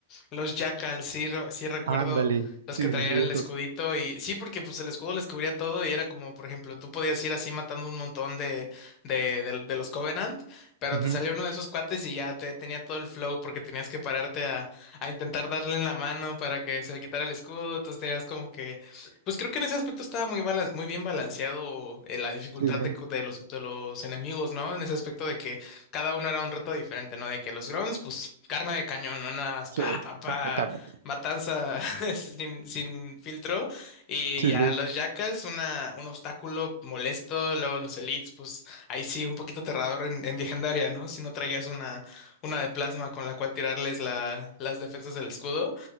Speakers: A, on the left; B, on the right.
A: Los Jackal, sí, re- sí recuerdo
B: Ándale.
A: los
B: Sí,
A: que traían
B: sí, sí,
A: el
B: esos.
A: escudito y sí, porque pues el escudo les cubría todo y era como, por ejemplo, tú podías ir así matando un montón de, de, de- de los Covenant, pero
B: Ujú,
A: te salía uno de esos cuates y ya te tenía todo el flow porque tenías que pararte a, a intentar darle en la mano para que se le quitara el escudo, entonces tenías como que, pues creo que en ese aspecto estaba muy, bala- muy bien balanceado eh, la dificultad
B: Sí, sí.
A: de, cu- de los, de los enemigos, ¿no? En ese aspecto de que cada uno era un reto diferente, ¿no? De que los grunts, pues carne de cañón, ¿no? Nada más,
B: Sí,
A: pa, pa, pa,
B: completamente.
A: matanza <laughs> sin, sin filtro. Y
B: Sí,
A: ya
B: sí.
A: los yacas, una, un obstáculo molesto. Luego los elites, pues ahí sí, un poquito aterrador en, en legendaria, ¿no? Si no traías una, una de plasma con la cual tirarles la, las defensas del escudo.